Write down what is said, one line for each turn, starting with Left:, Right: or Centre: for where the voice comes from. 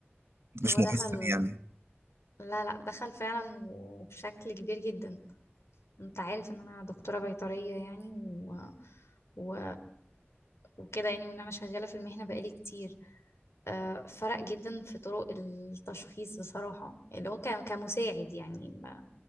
Right: مش
Left: هو
Right: مؤثر
Left: دخل
Right: يعني
Left: لا لا دخل فعلا وبشكل كبير جدا انت عارف ان انا دكتورة بيطرية يعني و... و... وكده يعني وان انا شغالة في المهنة بقالي كتير آه، فرق جدا في طرق التشخيص بصراحة اللي هو ك- كمساعد يعني ما